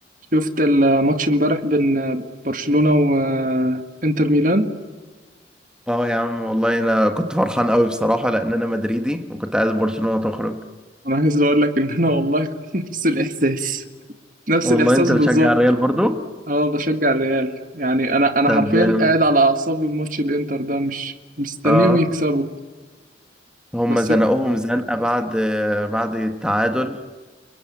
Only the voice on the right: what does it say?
شفت الماتش امبارح بين برشلونة وانتر ميلان
انا عايز اقول لك ان انا والله كنت <laughs> نفس الاحساس نفس
الاحساس
بالظبط
اه بشجع الريال يعني انا انا
حرفيا
قاعد على اعصاب الماتش الانتر ده مش مستنيهم
يكسبوا
بس